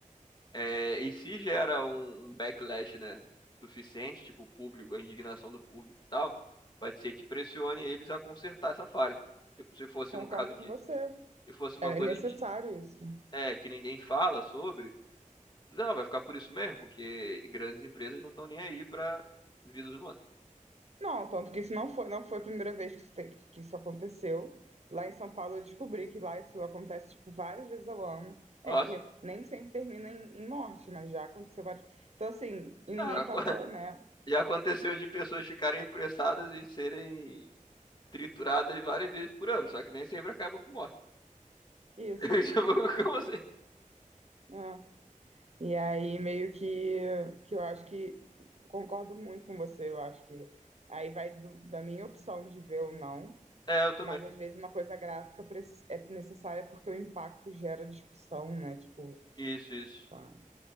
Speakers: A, on the left (about 30°); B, on the right (about 50°).
A: É, e se gera um, um backlash, né, suficiente, tipo o público, a indignação do público e tal, pode ser que pressione eles a consertar essa falha. Tipo, se fosse
B: Concordo
A: um caso que,
B: com você.
A: se fosse uma
B: É
A: coisa
B: necessário
A: que,
B: isso.
A: é, que ninguém fala sobre, não, vai ficar por isso mesmo, porque grandes empresas não estão nem aí para vidas humanas.
B: Não, tanto que isso não foi, não foi a primeira vez que isso, te- que isso aconteceu. Lá em São Paulo eu descobri que lá isso acontece, tipo, várias vezes ao ano.
A: Nossa,
B: É que nem sempre termina em, em morte, mas já aconteceu várias... Então, assim, e ninguém
A: Ah,
B: tava,
A: <laughs>
B: né?
A: Já aconteceu de pessoas ficarem pressadas e serem trituradas várias vezes por ano, só que nem sempre acaba com morte.
B: Isso,
A: <laughs> Tipo, Como assim?
B: né? E aí, meio que, que eu acho que... Concordo muito com você, eu acho que... Aí vai do- da minha opção de ver ou não.
A: É, eu também.
B: Mas, às vezes, uma coisa gráfica preci- é necessária porque o impacto gera discussão, né? Tipo,
A: Isso, isso.
B: pá,